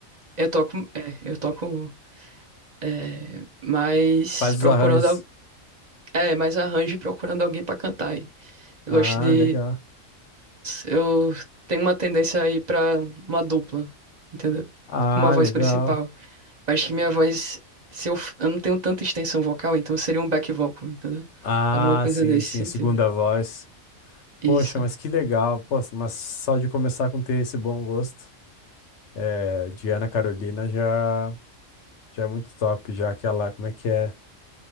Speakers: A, on the right; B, on the left.
A: eu toco, é, eu toco, é, mas
B: Faz
A: procurando,
B: os arranjos.
A: al- é, mais arranjo e procurando alguém pra cantar. aí. Eu
B: Ah,
A: gosto de,
B: legal.
A: eu tenho uma tendência aí pra uma dupla, entendeu?
B: Ah,
A: Com uma voz
B: legal.
A: principal. Acho que minha voz, se eu, f- eu não tenho tanta extensão vocal, então seria um back vocal, entendeu?
B: Ah,
A: Alguma coisa
B: sim,
A: nesse
B: sim,
A: sentido.
B: a segunda voz.
A: Isso.
B: Poxa, mas que legal. Poxa, mas só de começar com ter esse bom gosto é, de Ana Carolina já, já é muito top. Já aquela, como é que é?